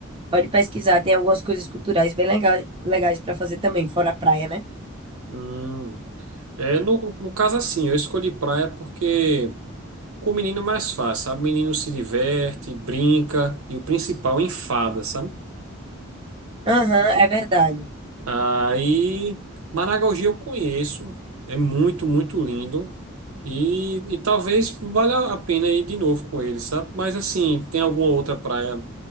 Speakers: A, on the right (about 25°); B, on the right (about 85°).
A: pode pesquisar. Tem algumas coisas culturais bem lega- legais para fazer também, fora a praia, né?
B: Hum, é, no, no caso, assim, eu escolhi praia porque. Com o menino é mais fácil, sabe? O menino se diverte, brinca e o principal enfada, sabe?
A: Aham, é verdade.
B: Ah, aí, Maragogi eu conheço, é muito, muito lindo e, e talvez valha a pena ir de novo com ele, sabe? Mas assim, tem alguma outra praia